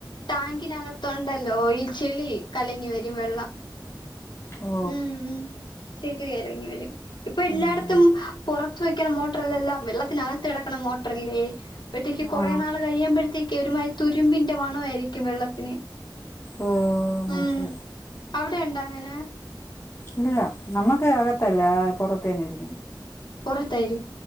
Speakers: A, on the left (about 75°); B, on the left (about 35°).
A: ടാങ്കി തിനകത്തൊണ്ടല്ലോ ഈ ചെളി കലങ്ങി വരും വെള്ളം
B: ഓ
A: ഉം ഉം ചെളിറങ്ങി വരും ഇപ്പോ എല്ലാട്ത്തും
B: ഉം.
A: പുറ ത്വേക്കണ മോട്ർ അല്ലല്ലോ വെള്ളത്തിനകത്ത് കടക്ക്ണെ മോട് ഡ്രല്ലേ അപ്പഴ്ത്തേക്ക് കൊറേ
B: ആ
A: നാള് കയമ്പഴത്തേക്ക് ഒരുമാ തുരുമ്പിന്റെ മണരിക്കും വെള്ളത്തിന്
B: ഓ മനസ്സിലായി
A: ഉം അവിടെണ്ടാ അങ്ങനെ
B: ഇല്ല നമ്മക്ക് അകത്തല്ല പൊറത്തന്നെ ഇരിക്ന്ന
A: പൊറത്താരി